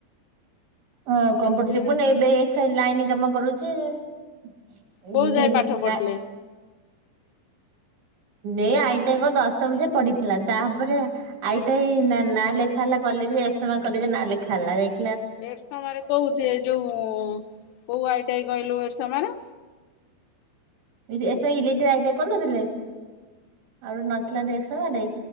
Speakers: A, on the right; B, on the left.
A: ହ କମ୍ପୁଟର
B: ଆଉ ସେ
A: ଶିଖୁନି ଏବେ ଖାଲି ଲାଇନ୍ କାମ କରୁଛି। ଦିନ
B: କୋଉ ଯାଏ ପାଠ ପଢିଲେ
A: ନା ଏ ଆଇଟାଙ୍କ ଦଶମ ଯାଇଁ ପଢିଥିଲା ତାପରେ ଆଇଟାଇ ନାଁ ଲେଖା ହେଲା କଲେ ଏରସମା କଲେଜରେ ନା ଲେଖା ହେଲା ଯାଇକି
B: ଏରସମାରେ କହୁ ସିଏ ଯୋଉ କୋଉ ଆଇଟାଇ କହିଲୁ ଏର ସମାରେ
A: ଏ ଯୋଉ S I electric I T I କରନଥିଲେ। ଆଉ ଗୋଟେ ନଥିଲା ଏରସମାରେ